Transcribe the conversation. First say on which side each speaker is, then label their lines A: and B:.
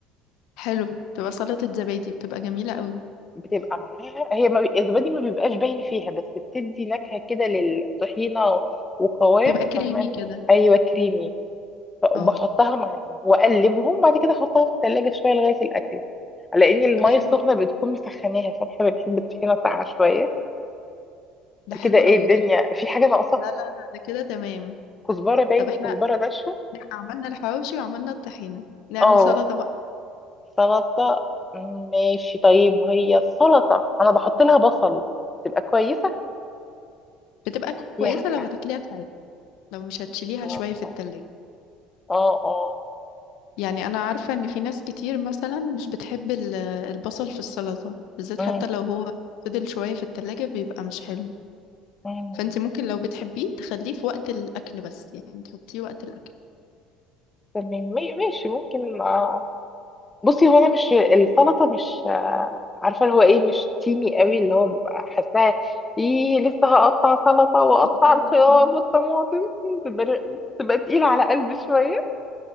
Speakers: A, on the left; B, on the left.
A: حلو بتبقى سلطة زبادي بتبقى جميلة قوي
B: بتبقى معاها هي ما بي- الزبادي ما بيبقاش باين فيها بس بتدي نكهه كده للطحينه وقوام
A: بتبقى كريمي
B: فاهماني
A: كده
B: ايوه كريمي
A: اه
B: بحطها معاهم واقلبهم بعد كده احطها في الثلاجه شويه لغايه الاكل على ان الميه
A: طب حلو
B: السخنه بتكون مسخناها فاحنا بنحب الطحينه ساقعه شويه
A: ده حلو
B: كده ايه
A: قوي
B: الدنيا
A: كده
B: في حاجه ناقصه
A: لا لا لا ده كده تمام
B: كزبرة باين
A: طب احنا
B: كزبرة ناشفة
A: عملنا الحواوشي وعملنا الطحينة نعمل
B: اه
A: سلطة بقى
B: سلطة ماشي طيب هي السلطة انا بحط لها بصل تبقى كويسة
A: بتبقى
B: يا
A: كويسة لو هتاكليها بتاعتها لو مش هتشيليها
B: اه
A: شوية في التلاجة
B: اه اه
A: يعني انا عارفة ان في ناس كتير مثلا مش بتحب ال- البصل في السلطة بالذات
B: أمم،
A: حتى لو هو فضل شوية في التلاجة بيبقى مش حلو
B: أمم.
A: فانت ممكن لو بتحبيه تخليه في وقت الاكل بس يعني تحطيه وقت الاكل
B: تمام ما- ماشي ممكن اه بصي هو انا مش السلطة مش آه، عارفة اللي هو ايه مش تيمي قوي اللي هو ببقى حاساها ايه لسه هقطع سلطة واقطع
A: <laughs> بتاخد
B: الخيار
A: time.
B: والطماطم تبقى تبقى تقيلة على قلبي شوية